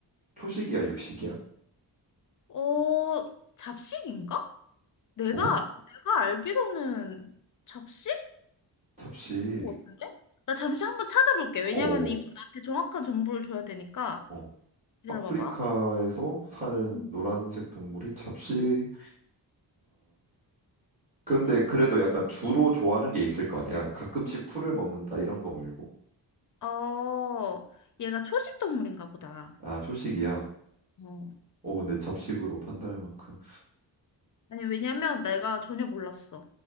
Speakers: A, on the right; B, on the left.
A: 초식이야 육식이야?
B: 어, 잡식인가? 내가,
A: 어?
B: 내가 알기로는 잡식?
A: 잡식.
B: 같은데? 나 잠시 한 번 찾아볼게. 왜냐면
A: 어,
B: 이거
A: 어.
B: 나한테 정확한 정보를 줘야 되니까.
A: 어.
B: 기다려봐봐.
A: 아프리카에서 사는
B: 응.
A: 노란색 동물이 잡식이다. 근데
B: 기다려봐.
A: 그래도 약간 주로 좋아하는 게 있을 거 아니야? 가끔씩 풀을 먹는다 이런 거 말고.
B: 어, 얘가 초식 동물인가 보다.
A: 아, 초식이야.
B: 어.
A: 오, 근데 잡식으로 판단할 만큼.
B: 아니, 왜냐면 내가 전혀 몰랐어.